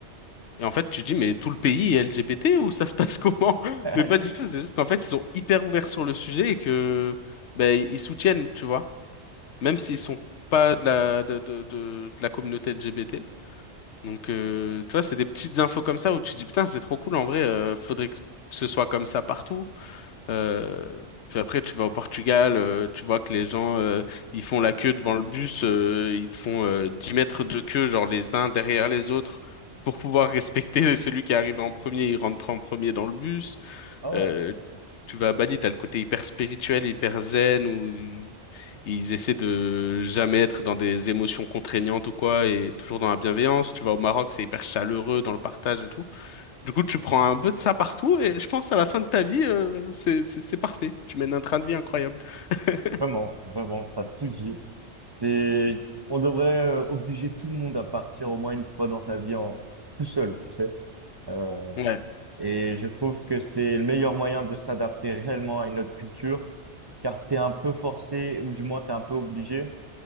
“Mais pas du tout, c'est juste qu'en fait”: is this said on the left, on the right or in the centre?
Left